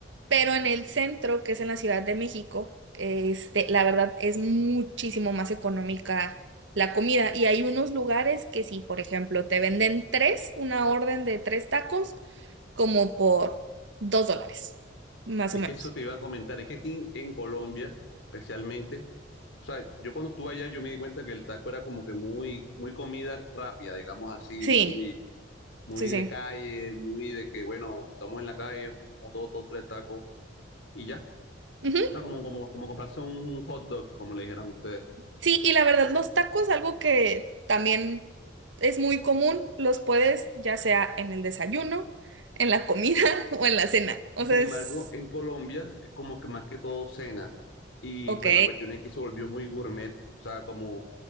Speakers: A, on the right; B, on the left.
A: Pero en el centro, que es en la Ciudad de México, este, la verdad es muchísimo más económica la comida. Y hay unos lugares que sí, por ejemplo, te venden tres, una orden de tres tacos, como por dos dólares, más
B: Es
A: o menos.
B: que eso te iba a comentar. Es que aquí en, en Colombia, especialmente, o sea, yo cuando estuve allá, yo me di cuenta que el taco era como que muy, muy comida rápida, digamos así,
A: Sí,
B: muy, muy
A: sí, sí.
B: de calle, muy de que, bueno, estamos en la calle, comemos dos, dos, tres tacos y ya.
A: Ujú.
B: O sea, como, como, como comprarse un, un hot dog, como le dijeran ustedes.
A: Sí, y la verdad, los tacos, algo que también es muy común, los puedes ya sea en el desayuno, en la comida <laughs> o en la cena. O
B: Sin
A: sea,
B: embargo,
A: es
B: en Colombia es como que más que todo cena. Y
A: ok.
B: pero la cuestión es que se volvió muy gourmet, o sea, como,